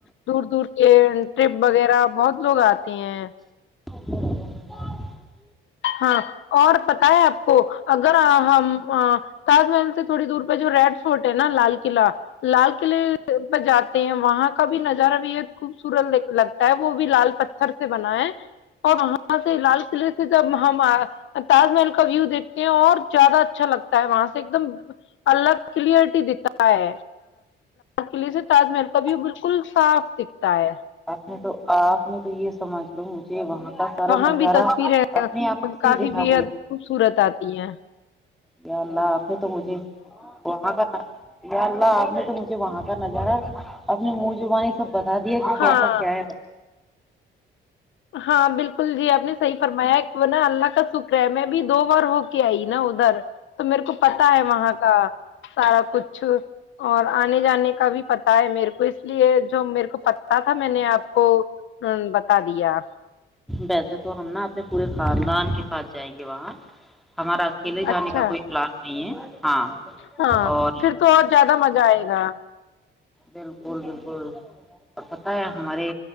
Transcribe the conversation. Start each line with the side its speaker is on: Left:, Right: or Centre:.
Left: دور دور کے ٹرپ وغیرہ بہت لوگ آتے ہیں
Centre: <inaudible>
Left: ہاں اور پت ہے آپ کو اگر ہم تاج محل سے تھوڑی دور پہ جو ریڈ فورورٹ ہے نا لال قلعہ لال قلعے پہ جاتے ہیں وہاں کا بھی نظارہ بھی ایک خوبصورت لگتا ہے وہ بھی لال پتھر سے بنا ہے اور وہاں سے لال قلعے سے ہم تاج محل کا ویو دیکھتے ہیں اور زیادہ اچھا لگتا ہے وہاں سے ایک دم الگ کلیئرٹی دکھتا ہے قلعے سے
Centre: کتنا
Left: تاج محل کا بھیھی وہ بالکل صاف دکھتا ہے
Centre: میں تو آپ نے تو یہ سمجھ لوں مجھے وہاں کا سارا
Left: وہاں
Centre: نظارہ
Left: بھی تصویریں
Centre: اپنی آنکھوں سے
Left: کافی
Centre: دکھا
Left: بےحد خوبصورت آتی تییا
Centre: گیا اللہا آف تو مجھے وہاں کرنا اللہ آپ نے تو مجھے وہاں کا نظارا اپنے منہ جوبانی سب بتا دیا کہ
Left: ہاں
Centre: کیسا کیا ہے ب
Left: ہاں بالکل جی آپ نے صحیح فرمایا ایک وہ نا اللہ کا شکر ہے میں بھی دو بار ہو کے آئی نا ادھر تو میرے کو پتا ہے وہاں کا سارا کچھ اور آنے جانے کا بھی پتا ہے میرے کو لی جو میرے کو پہ تھا میں نے آپ کو بتا دیا
Centre: ویسے تو ہم نا اپنے پورے خاندان کے ساتھ جائیں گے وہاں ہمارا اکیلے جانے
Left: اچھا
Centre: کا کوئی پلان نہیں ہے ہاں
Left: ہاں
Centre: اور
Left: پھر تو اورہ زیادہ مزہ آئے گا
Centre: بالکل بالکل اور پت ہے ہمارے